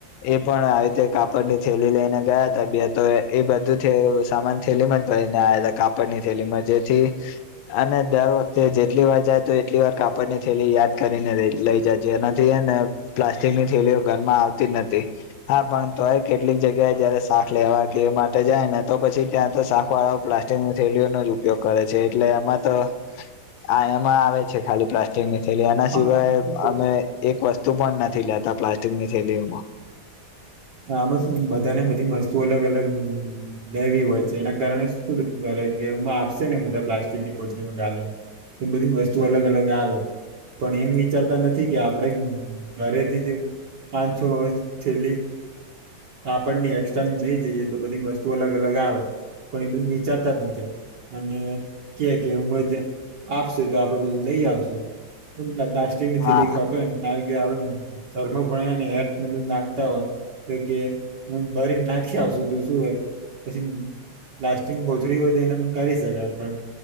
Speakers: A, on the left; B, on the right.
A: એ પણ આવી રીતે કાપડ ની થેલી લઈને ગયા હતા બે તો એ બધું અ સામાન થેલીમાં જ લય ને આયા તા કાપડ ની થેલી માં જેથી અને દર વખતે જેટલી વાર જાય તો એટલી વાર કાપડ કાપડ ની થેલી યાદ કરીને લઈ જાય છે જેનાથી છે ને પ્લાસ્ટિક ની થેલીઓ ઘરમાં આવતી જ નથી. હા પણ તોય કેટલીક જગ્યાએ જયારે શાક લેવા એ માટે જાય ને તો પછી ત્યાં તો શાક વાડો પલાસ્ટિક ની થેલીઓનો જ ઉપયોગ કરે છે એટલે એમાં તો આ એમાં આવે છે ખાલી પ્લાસ્ટિક ની થેલી એના
B: હા,
A: સિવાય
B: આમાં શું છે
A: અમે એક વસ્તુ વસતું પણ નથી લેતા પ્લાસ્ટિકની થેલી ઓમાં
B: આમાં શું બધાને બધી વસ્તુ અલગ અલગ લેવી હોય છે એના કારણે શું એમાં આપશે ને બધા પ્લાસ્ટિક ની કોથડી માં ગાલી એમ બધી વસ્તુ અલગ અલગ આવે. પણ એમ વિચારતા નથી કે આપડે ઘરેથી જ પાંચ, છ વર્ષ છેલ્લી કાપડની એક્સ્ટ્રા લય જઈએ તો બધી વસ્તુ અલગ અલગ આવે પણ એ બધું વિચારતા જ નથી. અને કે કે ઉમજ આવશે તો આપડે જાય લય આવશું
A: હા
B: <unintelligible> થેલી ખપે કારણ કે આપડે ધર્મ <unintelligible> નાખતા હોય. કે હમમ ભરીને નાખયા આવશું તો શું હોય પછી લાસ્ટિંગ કોથળી હોય તો એનેમ કાઢી શકાય પણ